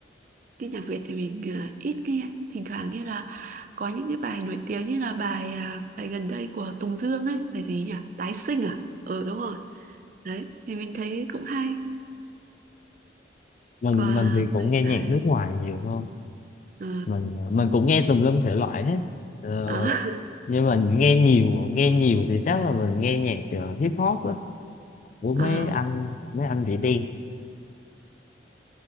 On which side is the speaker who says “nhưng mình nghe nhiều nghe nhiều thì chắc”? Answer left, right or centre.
Left